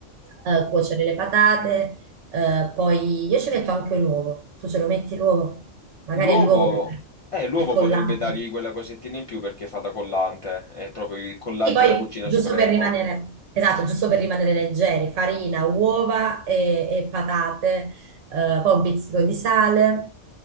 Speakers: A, on the right; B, on the left.
A: eh, cuocere le patate, eh, poi io ci metto anche l'uovo. Tu ce lo metti l'uovo? Magari
B: L'uovo,
A: è l'uovo che
B: eh, l'uovo
A: il collante.
B: potrebbe dargli quella cosettina in più perché fa da collante, è proprio il collante
A: Sì, poi
B: da cucina
A: giusto
B: supremo.
A: per rimanere, esatto, giusto per rimanere leggeri, farina, uova e, e patate, eh, poi un pizzico di sale.